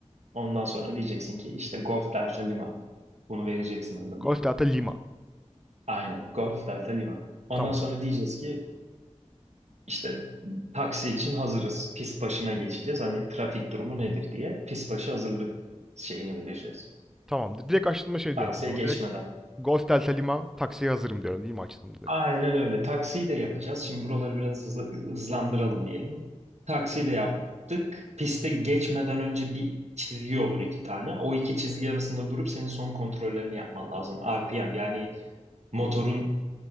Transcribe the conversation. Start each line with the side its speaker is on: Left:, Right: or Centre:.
Right: Ondan sonra diyeceksin ki işte Golf Delta Lima. Bunu vereceksin adını.
Centre: Golf Delta Lima.
Right: Aynen. Golf Delta Lima. Ondan
Centre: Tamam.
Right: sonra diyeceğiz ki işte taksi için hazırız. Pist başına geçeceğiz. Hani trafik durumu nedir diye pist başı hazırlık şeyini vereceğiz.
Centre: Tamam. Direkt açtığımda şey
Right: Taksiye
Centre: diyorum o zaman.
Right: geçmeden.
Centre: Direkt Golf Delta Lima taksiye hazırım diyorum değil mi açtığımda direkt?
Right: Aynen öyle. Taksiyi de yapacağız. Şimdi buraları biraz hızlı, hızlandıralım diyelim. Taksiyi de yaptık. Piste geçmeden önce bir çizgi olur iki tane. O iki çizgi arasında durup senin son kontrollerini yapman lazım. RPM yani motorun